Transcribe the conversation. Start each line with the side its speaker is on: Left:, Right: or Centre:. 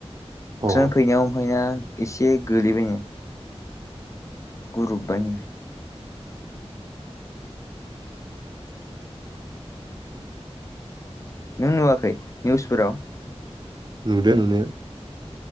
Right: अ
Left: ट्रेन फैनायाव ओमफ्राय ना एसे गोलैबायनो गुरुबबायनो नों नुवाखै निउसफोराव
Right: नुदो नुनाया।